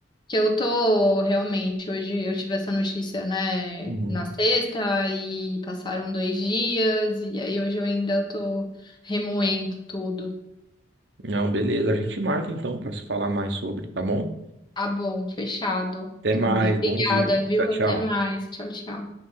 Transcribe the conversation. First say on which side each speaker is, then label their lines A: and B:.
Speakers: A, on the left (about 25°); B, on the right (about 65°).
A: que eu tô realmente, hoje eu tive essa notícia, né,
B: Uhum.
A: na sexta, e passaram dois dias, e aí hoje eu ainda tô remoendo tudo.
B: Não, beleza. A gente marca então para se falar mais sobre, tá bom?
A: Tá bom, fechado,
B: Até mais.
A: tá bom, obrigada,
B: Bom dia aí.
A: viu?
B: Tchau,
A: Até
B: tchau.
A: mais, tchau, tchau.